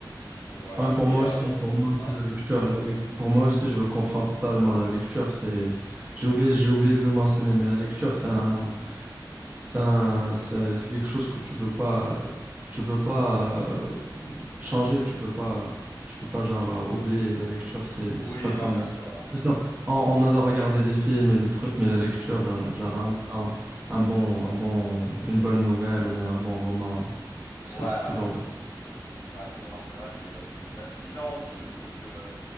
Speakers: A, on the left (about 35°); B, on the right (about 20°).
A: donc voilà.
B: Ouais, pour
A: Et,
B: moi
A: euh,
B: aussi,
A: ouais,
B: pour moi aussi,
A: ouais.
B: la lecture, la lec- pour moi aussi, je comprends totalement. La lecture, c'est, j'ai oublié, j'ai oublié de le mentionner, mais la lecture, c'est un,
A: Mhm.
B: c'est un- c'est c'est quelque chose que tu peux pas, tu peux pas euh, changer, tu peux pas, tu peux pas genre euh, oublier la lecture. C'est,
A: Oui,
B: c'est pas comme,
A: non, bien sûr, ouais.
B: bien sûr, on, on adore regarder des films et des trucs, mais la lecture,
A: Mhm.
B: euh, genre un, un, un bon, un bon, une bonne nouvelle ou bien un bon roman, c'est,
A: Ouais, ouais,
B: c'est toujours bien.
A: ouais. Ouais, c'est, non, c'est vrai que, bah, c'est différent aussi, je trouve que,